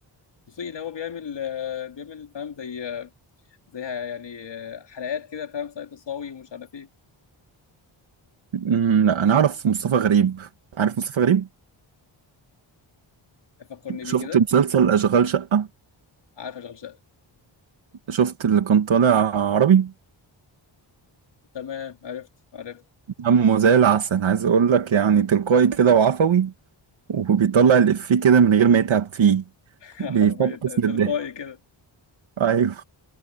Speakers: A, on the left; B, on the right.
A: دسوقي اللي هو بيعمل آه، بيعمل فاهم زي زي يعني آه، حلقات كده فاهم سايت الصاوي ومش عارف ايه
B: أمم، لا انا اعرف مصطفى غريب عارف مصطفى غريب
A: فكرني
B: شفت
A: بيه كده
B: مسلسل اشغال شقة
A: عارف اشغل شقه
B: شفت اللي كان طالع عربي
A: تمام عرفت عرفت
B: دمه زي العسل عايز اقول لك يعني تلقائي كده وعفوي وبيطلع الإفيه كده من غير ما يتعب فيه
A: <laughs>
B: بيفطس
A: حرفيا
B: من
A: تلقائي
B: الضحك
A: كده
B: أيوه